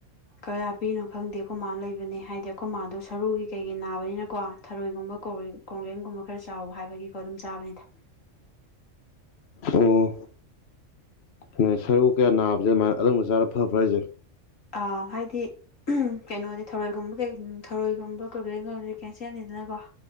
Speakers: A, on the left; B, on the left.
A: ꯀꯌꯥ ꯄꯤꯅꯣ ꯈꯪꯗꯦ ꯑꯩꯈꯣꯏ ꯃꯥꯥ ꯂꯩꯕꯅꯦ ꯍꯥꯏꯗꯤ ꯑꯩꯈꯣꯏ ꯃꯥꯗꯣ ꯁꯔꯨꯒꯤ ꯀꯩꯒꯤ ꯅꯥꯕꯅꯤꯅꯀꯣ ꯊꯔꯣꯏꯒꯨꯝꯕ ꯀꯣꯡꯒ꯭ꯔꯦꯟꯒꯨꯝꯕ ꯈꯔ ꯆꯥꯎꯋ ꯍꯥꯏꯕꯒꯤꯀꯣ ꯑꯗꯨꯝ ꯆꯥꯕꯅꯤꯗ
B: ꯑꯣ ꯍꯣꯏ ꯁꯔꯨ ꯀꯌꯥ ꯅꯥꯕꯁꯦ ꯑꯗꯨꯃꯥꯏꯅ ꯑꯗꯨꯕ ꯆꯥꯔ ꯐꯕ꯭ꯔꯥ ꯍꯥꯏꯁꯦ
A: ꯑ ꯍꯥꯏꯗꯤ ꯀꯩꯅꯣꯗꯤ ꯊꯔꯣꯏꯒꯨꯝꯕ ꯀꯩ ꯊꯔꯣꯏꯒꯨꯝꯕ ꯀꯩꯀꯗꯤ ꯀꯦꯟꯁꯦꯜꯅꯤꯗꯅꯀꯣ